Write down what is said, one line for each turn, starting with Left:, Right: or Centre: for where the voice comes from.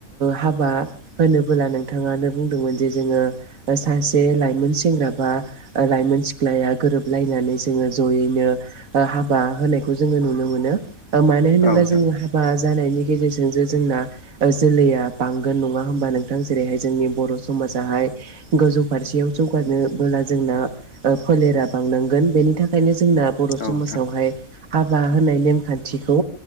Right: हा बा होनोबोला नोंथाङानो बुंदोंमोन जे जोङो सासे लाइमोन सेंग्रा बा ओ लाइमोन सिख्लाया गोरोबलायनानै जोङो जयैनो हाबा होनायखौ जोङो नुनो मोनो मानो होनोब्ला
Left: औ नोंथां
Right: जोङो हाबा जानायनि गेजेरजों जे जोंना जोलैया बांगोन नङा हबा नोंथां जेरैहाय जोंनि बर' समाजाहाय गोजौ फारसेयाव जौगानोबोला जों ओ फोलेरा बांनांगोन बेनि थाखायनो जोंना बर'
Left: औ
Right: समाजावहाय
Left: नोंथां
Right: हाबा होनाय नेमखान्थिखौ